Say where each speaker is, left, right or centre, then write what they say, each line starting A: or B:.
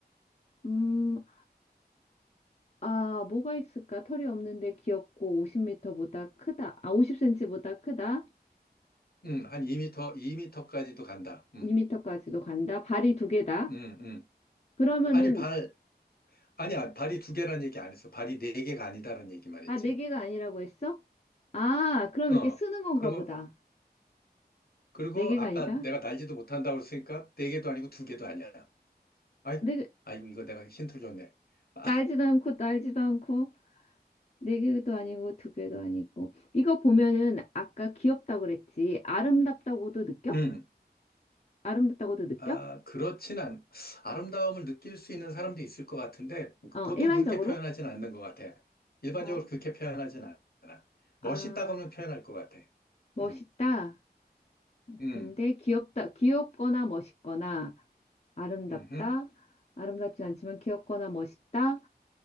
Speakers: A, on the left; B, on the left.
A: 음, 아, 뭐가 있을까? 털이 없는데 귀엽고 50m보다 크다. 아, 50cm보다 크다.
B: 음, 한 2미터, 2미터까지도 간다. 음.
A: 2m까지도 간다. 발이 두 개다.
B: 음, 음.
A: 그러면은,
B: 아니, 발, 아니야, 발이 두 개라는 얘기 안 했어. 발이 네 개가 아니다라는 얘기만 했지.
A: 아, 네 개가 아니라고 했어? 아, 그럼
B: 어.
A: 이렇게 쓰는 건가
B: 그리고,
A: 보다.
B: 그리고
A: 네 개가
B: 아까
A: 아니다?
B: 내가 날지도 못한다고 했으니까 네 개도 아니고 두 개도 아니야. 아이,
A: 네, 개-
B: 아이고, 이거 내가 힌트를 줬네. 아,
A: 날지도 않고 날지도 않고 네 개도 아니고 두 개도 아니고 이거 보면은 아까 귀엽다고 그랬지 아름답다고도 느껴?
B: <laughs> 음.
A: 아름답다고도 느껴?
B: 아, 그렇진 않, 아름다움을 느낄 수 있는 사람도 있을 것 같은데,
A: 어
B: 보통
A: 일반적으로?
B: 그렇게 표현하진 않는 것 같아. 일반적으로
A: 아,
B: 그렇게 표현하진 않아. 멋있다고는
A: 아
B: 표현할 것 같아.
A: 멋있다
B: 음, 음,
A: 근데 귀엽다 귀엽거나 멋있거나 아름답다
B: 음,
A: 아름답지 않지만 귀엽거나 멋있다